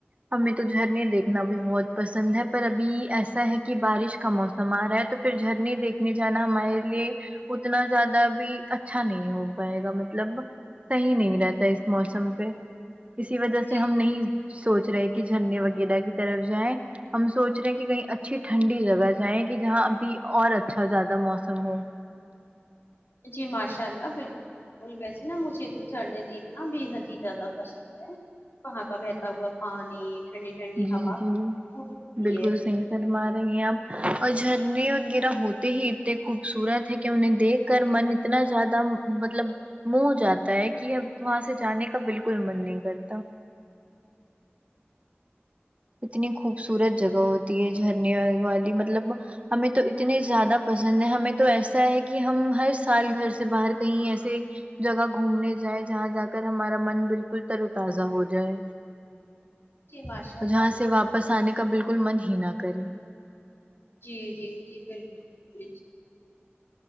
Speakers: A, on the right; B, on the left.
A: ہمیں تو جھرنے دیکھنا بھی بہت پسند ہے پر ابھی ایسا ہے کہ بارش کا موسم آ رہا ہے تو پھر جھرنے دیکھنے جانا ہمارے لیے اتنا زیادہ بھی اچھا نہیں ہو پائے گا مطلب صحیح نہیں رہتا اس موسم پہ اسی وجہ سے
B: جی
A: ہم نہیں سوچ رہے کہ جھرنے وغیرہ کی طرف جائیں ہم سوچ رہے ہیں کہ کہیں اچھی ٹھنڈی جگہ جائیں کہ جہاں ابھی اور اچھا زیادہ موسم ہو
B: جی ماشاء اللہ بلکل ویسے نا مجھے تو چڑھنے دیکھنا بے حد ہی زیادہ پسند ہے وہاں کا بہتا ہوا پانی ٹھنڈی ٹھنڈی
A: جی
B: ہوا
A: جی
B: ہوتی
A: بلکل
B: ہے
A: صحیح فرما رہی ہیں آپ اور جھرنے وغیرہ ہوتے ہی اتنے خوبصورت ہے کہ انہیں دیکھ کر من اتنا زیادہ مطلب منہ ہو جاتا ہے کہ اب وہاں سے جانے کا بلکل من نہیں کرتا اتنی خوبصورت جگہ ہوتی ہے جھرنے والی مطلب ہمیں تو اتنے زیادہ پسند ہیں ہمیں تو ایسا ہے کہ ہم ہر سال گھر سے باہر کہیں ایسے جگہ گھومنے جائیں جہاں جا کر ہمارا من بلکل تر و تازہ ہو جائے
B: جی ماشاء اللہ
A: جہاں سے واپس آنے کا بلکل من ہی نہ کرے
B: جی جی جی بلکل <unintelligible>